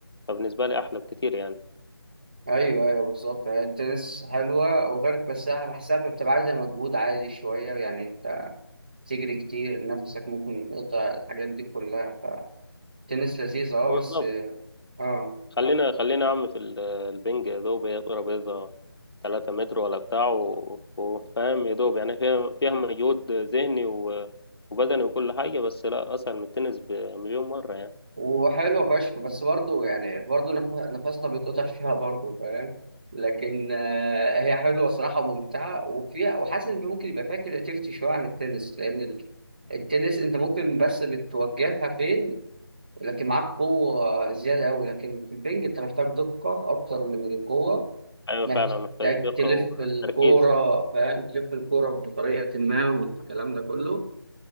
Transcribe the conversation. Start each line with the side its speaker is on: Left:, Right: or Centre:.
Left: فبالنسبة لي أحلى بكتير يعني
Right: ايوه ايوه بالظبط هي التنس حلوه وغير بس أنا بحسها بتبقى عايزه مجهود عالي شويه يعني انت تجري كتير نفسك ممكن يقطع الحاجات دي كلها فالتنس لذيذ اه
Left: بالظبط
Right: بس اه
Left: خلينا خلينا يا عم في ال- البنج يا دوب هي ترابيزة تلاتة متر ولا بتاع و- وفاهم يا دوب يعني فيها فيها مجهود ذهني و- وبدني وكل حاجة بس لا أسهل من التنس بمليون مرة يعني
Right: وحلوة فشخ بس برضه يعني برضه نف- نفسنا بيتقطع فيها برضه فاهم لكن آه، هي حلوة صراحة ممتعة وفيها وحاسس إن ممكن يبقى فيها كرياتيفيتي شوية عن التنس لأن ال- التنس أنت ممكن بس بتوجهها فين لكن معاك قوة زيادة أوي لكن في البنج أنت محتاج دقة أكتر من القوة
Left: أيوة
Right: محتاج
Left: فعلا محتاج دقة
Right: تلف
Left: وتركيز
Right: الكورة فاهم تلف الكورة بطريقة ما والكلام ده كله